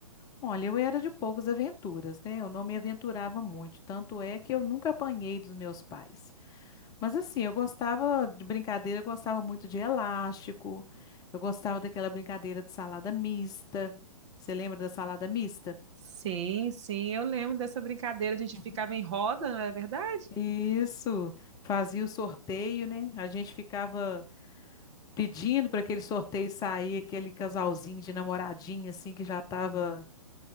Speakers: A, on the left; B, on the right.
A: Olha, eu era de poucas aventuras, né? Eu não me aventurava muito, tanto é que eu nunca apanhei dos meus pais. Mas assim, eu gostava de brincadeira, eu gostava muito de elástico, eu gostava daquela brincadeira de salada mista. Você lembra da salada mista?
B: Sim, sim, eu lembro dessa brincadeira, a gente
A: Uhum.
B: ficava em roda, não é verdade?
A: Isso, fazia o sorteio, né? A gente ficava pedindo para aquele sorteio sair, aquele casalzinho de namoradinha, assim, que já estava